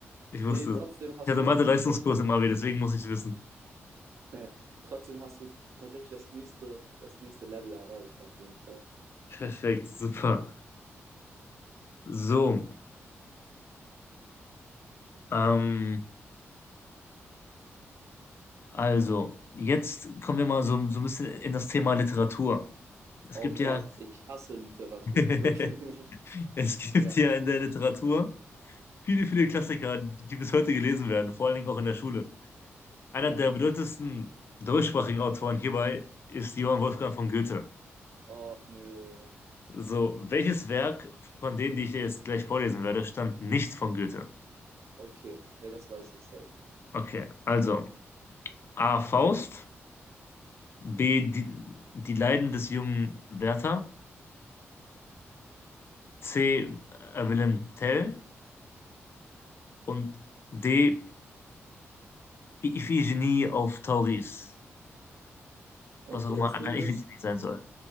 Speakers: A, on the left; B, on the right.
A: Ich wusste
B: Nee, trotzdem
A: es.
B: hast
A: Ich hatte
B: du
A: Mathe-Leistungskurs
B: trotzdem,
A: im Abi, deswegen muss ich es wissen.
B: <laughs> trotzdem hast du tatsächlich das nächste, das nächste Level erreicht, auf jeden Fall.
A: Perfekt, super. So, ähm, also, jetzt kommen wir mal so, so ein bisschen in das Thema Literatur. Es
B: Oh
A: gibt
B: Gott,
A: ja,
B: ich hasse Literatur.
A: <laughs>
B: Wirklich. <laughs>
A: es gibt
B: Ja,
A: ja in der Literatur viele, viele Klassiker, die bis heute gelesen werden, vor allen Dingen auch in der Schule. Einer
B: ja.
A: der bedeutendsten deutschsprachigen Autoren hierbei ist Johann Wolfgang von Goethe.
B: Och nö.
A: So, welches Werk von denen, die ich dir jetzt gleich vorlesen werde, stammt nicht von Goethe?
B: Okay. Ja, das weiß ich safe.
A: Okay, also A. Faust, B. Die, die Leiden des jungen Werther, C. äh, Wilhelm Tell und D. Iphigenie auf Tauris.
B: Okay,
A: Was auch immer
B: das
A: eine
B: Ding ist,
A: Iphigenie sein soll.